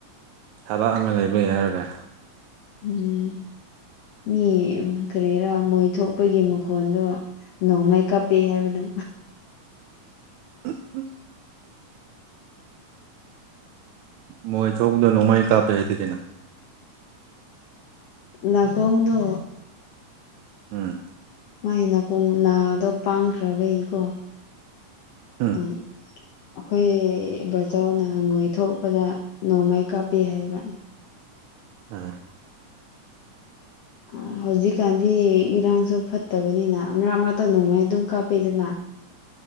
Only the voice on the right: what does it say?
ꯊꯕꯛ ꯑꯃ ꯂꯩꯕ ꯌꯥ ꯍꯥꯏꯔ ꯇꯥꯔꯦ
ꯎꯝ ꯎꯝ ꯃꯣꯏ ꯊꯣꯛꯄꯗꯣ ꯅꯣꯡꯃꯥꯏ ꯀꯥꯞꯇꯦ ꯍꯥꯏꯗꯤꯦ ꯀꯩꯅꯣ
ꯎꯝ
ꯍꯨꯝ
ꯃꯥꯅꯦ